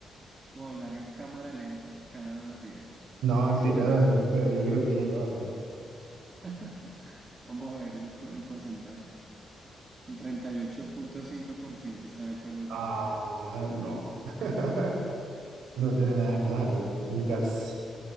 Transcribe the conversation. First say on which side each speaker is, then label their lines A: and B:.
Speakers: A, on the right; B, on the right.
A: o hablar en cámara lenta cada dos días.
B: No, el tirarme en peo, yo creo que ya lo hago.
A: <laughs> Vamos a ver los por- el porcentaje. El treinta y ocho punto cinco por ciento está de acuerdo
B: Ah,
A: contigo.
B: no. <laughs> No tiene nada de malo, un, un gas.